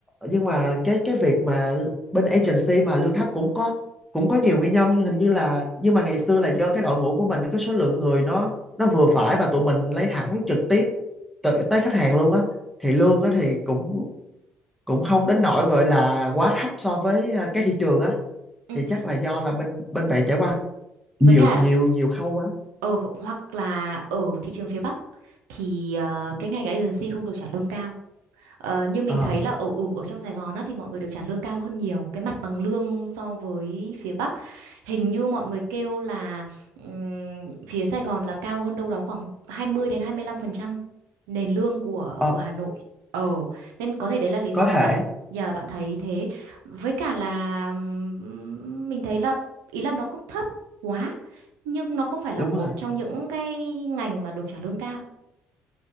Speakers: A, in the centre; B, on the right (about 80°).
A: nhưng mà cái cái việc mà bên agency mà lương thấp cũng có cũng có nhiều nguyên nhân hình như là nhưng mà ngày xưa là do cái đội ngũ của mình cái số lượng người nó nó vừa phải và tụi mình lấy thẳng trực tiếp tới, tới khách hàng luôn á thì lương á thì cũng cũng không đến nỗi gọi là quá thấp so với à, cái thị trường á
B: ừm.
A: thì chắc là do là bên bên bạn trải qua nhiều
B: Với cả
A: nhiều nhiều khâu quá
B: ở hoặc là ở thị trường phía Bắc thì ờ, cái ngành agency không được trả lương cao. Ờ, như mình
A: ờ
B: thấy là ở ừ, ở trong Sài Gòn á, thì mọi người được trả lương cao hơn nhiều cái mặt bằng lương so với phía Bắc hình như mọi người kêu là ừm, phía Sài Gòn là cao hơn đâu đó khoảng 20 đến 25 phần trăm nền lương của
A: ờ
B: của Hà Nội ờ nên có thể đấy là lý do
A: có
B: mà
A: thể
B: bạn giờ bạn thấy thế với cả là ừm, mình thấy là ý là nó không thấp quá nhưng nó không phải là
A: đúng
B: một
A: rồi
B: trong những cái ngành mà được trả lương cao